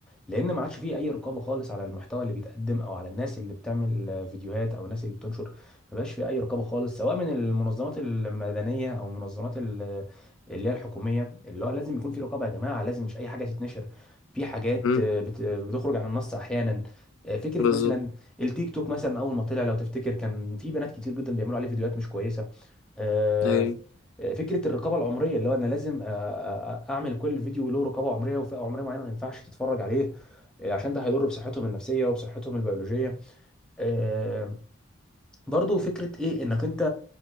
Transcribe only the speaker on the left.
مم،
بالظبط
ايوه